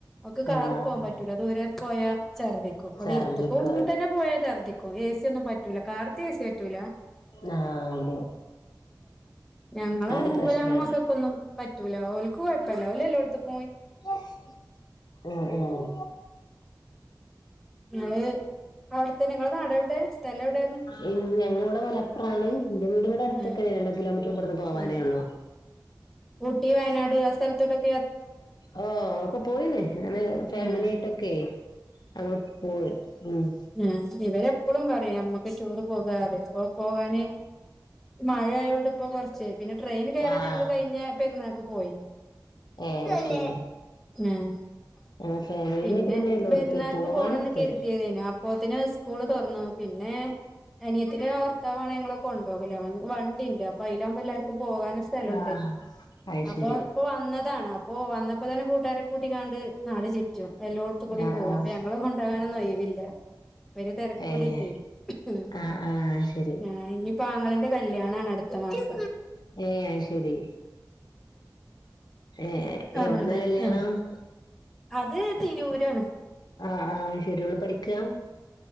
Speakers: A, in the centre; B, on the left.
A: ഓൾക്ക് കാറിൽ
B: ആഹ്
A: പോകാൻ പറ്റൂല ദൂരെ പോയാ ഛർദ്ദിക്കും ഇവിടെ
B: ഛർദ്ദിക്കും
A: എരുതിക്ക്
B: അത്
A: തന്നെ പോയാതന്നെ ഛർദ്ദിക്കും എ. സിയൊന്നും പറ്റൂല കാർത്തെ എ സി പറ്റൂല
B: ആഹ്
A: ഞങ്ങള
B: ആ ഒരു പ്രശ്നണ്ട്
A: മക്കൾക്കൊന്നും പറ്റൂല ഓല്ക്ക് കുഴപ്പല്ല ഓൽ എല്ലോടത്തുക്കും
B: ആഹ് മം
A: അത്, അവിടുത്തെന്ന നിങ്ങളെ നാടെവിടെ സ്ഥലവിടെയാണ്
B: എ ഞങ്ങള ഇടെ മലപ്പുറാണ് എന്റെ വീടും വ്ടെ അടുത്താണ്
A: ഉം
B: രണ്ട് കിലോമീറ്റർ ഇവിടുന്ന് പോവാനേ
A: ഉം
B: ഉള്ളൂ
A: ഊട്ടി വയനാട് ആ സ്ഥലത്തൊക്കെ
B: ആ ഒക്കെ പോയിന് അങ്ങനെ ഫാമിലിയായിട്ടൊക്കെ
A: ഉം
B: അങ്ങട്ട് പോയി ഉം
A: ആ ഇവരെപ്പഴും പറയും നമക് ടൂറ് പോകാ പറയും അപ്പൊ പോകാന് മഴആയോണ്ട് ഇപ്പോ കുറച്ച് പിന്നെ ട്രെയിന് കയറാൻ
B: ആഹ്
A: ഞങ്ങള് കഴിഞ്ഞ പെരുന്നാൾക്ക് പോയിന്
B: ഏഹ്
A: ല്ലേ
B: ശരി
A: ഉം <unintelligible>
B: ഞങ്ങൾ ഫാമിലിയായിട്ട്
A: പിന്നെ
B: ഇങ്ങനെ എല്ലോടത്തും
A: പെരുന്നാക്ക്
B: പോവാനൊക്കെ
A: പോണംന്ന് കരുതിയതേനു
B: പോയി
A: അപ്പോത്തിന് സ്കൂള് തുറന്നു പിന്നെ അനിയത്തിന്റെ ഭർത്താവാണ് ഞങ്ങളെ കൊണ്ടുപോകൽ വണ്ടിണ്ട് അ അയിലാകുമ്പോ എല്ലാവർക്കും പോകാന് സ്ഥലുണ്ട്
B: ആഹ് അത്
A: അപ്പൊ
B: ശരി
A: ഇപ്പൊ വന്നതാണ് അപ്പോ വന്നപ്പോ തന്നെ കൂട്ടാരെ കൂട്ടികാണ്ട് നാട് ചുറ്റും എല്ലാടത്തുകൂടീം
B: ആഹ്
A: പോകും
B: ആഹ്
A: അപ്പൊ ഞങ്ങളെ കൊണ്ട അയ്നൊന്നും ഒഴിവില്ല, ഇവർ തിരക്ക്
B: ഏഹ്
A: കൂടീട്ടെ, ഹ്ഹ്മ്മ്‌
B: ആഹ് ആഹ് അത് ശരി
A: ഞാനിനി ഇപ്പോ ആങ്ങളന്റെ കല്യാണാണ്, അടുത്ത മാസം
B: ഏ അയ്ശരി ഏർ
A: ആങ്ങളുടെ
B: എവിടുന്നാ കല്യാണം
A: ആ
B: മം
A: അത് തിരൂരാണ്
B: ആഹ് ആഹ് ശരി ഓള് പഠിക്കാ